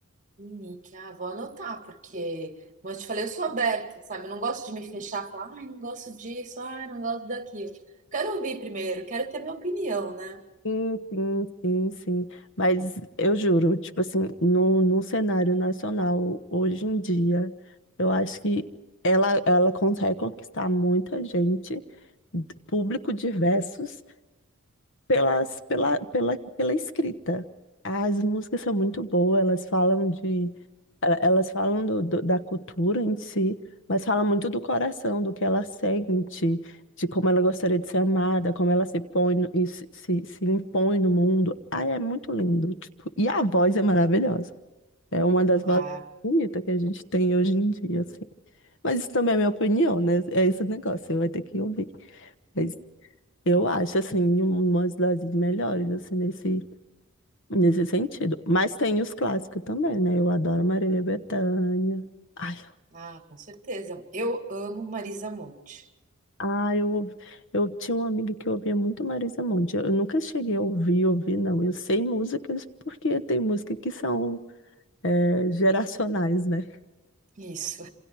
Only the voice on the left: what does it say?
Sim, sim, sim, sim. Mas eu juro, tipo assim, no, no cenário nacional, hoje em dia, eu acho que ela, ela consegue conquistar muita gente, d- público diversos, pelas, pela, pela, pela escrita. As músicas são muito boas, elas falam de, eh, elas falam do, do- da cultura em si, mas falam muito do coração, do que ela sente, de como ela gostaria de ser amada, como ela se põe no- e se, se, se impõe no mundo. Ai, é muito lindo, tipo, e a voz é maravilhosa. É uma das
vozes bonitas que a gente tem hoje em dia, assim. Mas isso também é minha opinião, né? É esse negócio, você vai ter que ouvir. Mas eu acho, assim, uma das melhores, assim, nesse, nesse sentido. Mas tem os clássicos também, né? Eu adoro Marília Bethânia. Ai,
ai, eu, ouvi- eu tinha uma amiga que ouvia muito Marisa Monte. Eu nunca cheguei a ouvir, ouvir, não. Eu sei músicas porque tem músicas que são é, geracionais, né?